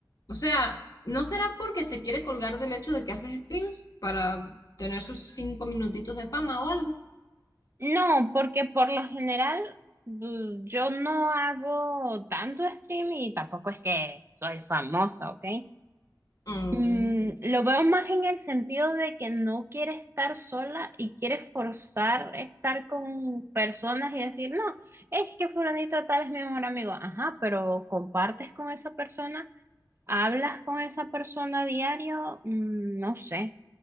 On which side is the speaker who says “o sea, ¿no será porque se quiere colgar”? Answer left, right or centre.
Left